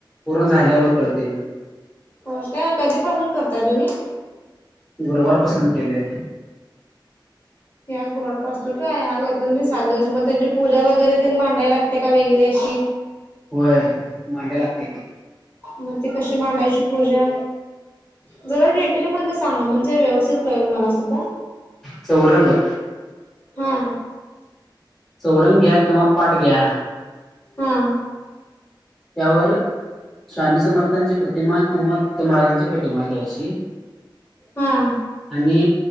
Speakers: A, in the centre; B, on the left (about 25°).
A: पूरण झाल्यावर कळत त..
B: होय काय कधीपासून करता तुम्ही?
A: गुरुवारपासून केले.
B: ह्या गुरुवारपासून काय? ह्या मी सात दिवस मग त्याची पूजा वगैरे मांडाय लागते का वेगळी अशी..
A: होय. मांडाय लागते..
B: मग ती कशी मांडायची पूजा? जरा डिटेल मध्ये सांगा. म्हणजे व्यवस्थित कळेल मला सुद्धा.
A: चौरंग..
B: हा..
A: चौरंग घ्या किंवा पाठ घ्या.
B: हा.
A: त्यावरी स्वामी समर्थांची प्रतिमा किंवा तर महाराजांची प्रतिमा द्यायशी
B: हां
A: आणि